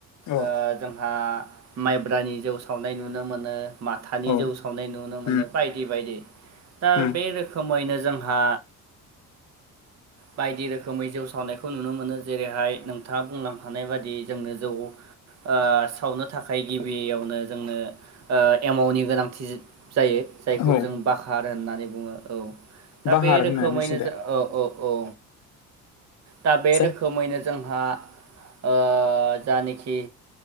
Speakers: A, on the left (about 50°); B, on the right (about 45°).
A: औ
B: ओ जोंहा माइब्रानि जौ सावनाय नुनो मोनो माथानि
A: औ
B: जौ सावनाय नुनो मोनो
A: उम
B: बायदि बायदि दा
A: उम
B: बे रो खोमैनो जोंहा बायदि रोखोमै जौ सावनायखौ नुनो मोनो जेरैहाय नोंथाङा बुंलां हानाय बाददि जोंनो जौ ओ सावनो थाखाय गिबियावनो जोंनो ओ एमावनि गोनांथि जायो जायखौ
A: औ
B: जों बखार होननानै बुङो औ दा
A: बाहार
B: बे रोखोमैनो
A: होनो नोंसिनिजा
B: जों औ औ औ दा
A: जे
B: रोखोमैनो जोंहा ओ जानखि